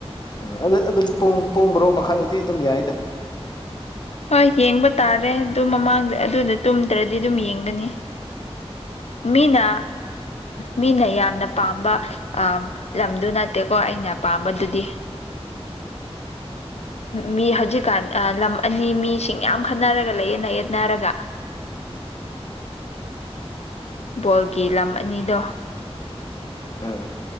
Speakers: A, on the left; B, on the left.
A: ꯎꯝ ꯑꯗ ꯑꯗꯨꯝ ꯄꯣꯡ ꯕꯔꯣ ꯃꯈꯥꯒꯤꯗꯤ ꯑꯗꯨꯝ ꯌꯥꯏꯗ
B: ꯍꯣꯏ ꯌꯦꯡꯕ ꯇꯥꯔꯦ ꯑꯗꯨ ꯃꯃꯥꯡꯗ ꯑꯗꯨꯗ ꯇꯨꯝꯗ꯭ꯔꯗꯤ ꯑꯗꯨꯝ ꯌꯦꯡꯒꯅꯤ
A: <inaudible>
B: ꯃꯤꯅ ꯃꯤꯅ ꯌꯥꯝꯅ ꯄꯥꯝꯕ ꯂꯝꯗꯨ ꯅꯠꯇꯦꯀꯣ ꯑꯩꯅ ꯑꯄꯥꯝꯕ ꯑꯗꯨꯗꯤ ꯃꯤ ꯍꯧꯖꯤꯛꯀꯥꯟ ꯂꯝ ꯑꯅꯤ ꯃꯤꯁꯤꯡ ꯌꯥꯝ ꯈꯠꯟꯅꯔꯒ ꯂꯩꯌꯦꯠ ꯌꯦꯠꯅꯔꯒ
A: <unintelligible>
B: ꯕꯣꯜꯒꯤ ꯂꯝ ꯑꯅꯤꯗꯣ
A: ꯎꯝ